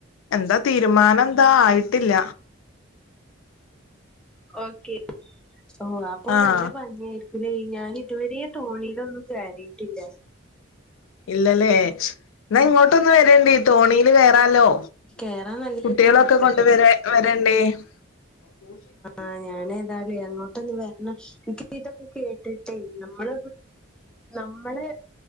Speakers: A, on the left (about 80°); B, in the centre.
A: എന്താ തീരുമാനം എന്താ ആയിട്ടില്ല
B: ഓക്കെ ഓ അപ്പൊ
A: ആഹ്
B: നല്ല ഭംഗിയായിരിക്കും ല്ലെ ഞാൻ ഇതുവരെയ തോണിയിലൊന്നും കയറിയിട്ടില്ല
A: ഇല്ലല്ലേ എന്നാ ഇങ്ങോട്ടൊന്ന് വരേണ്ടി തോണില് കയറാലോ
B: കേറാൻ നല്ലൊരു
A: കുട്ടികളൊക്കെ
B: ആഗ്രഹമുണ്ട്
A: കൊണ്ട് വര വരണ്ടീ അ <unintelligible>
B: ആ ഞാൻ ഏതായാലും അങ്ങോട്ടൊന്ന് വരണ എനിക്ക് ഇതൊക്കെ കേട്ടിട്ടേ ഞമ്മള നമ്മള്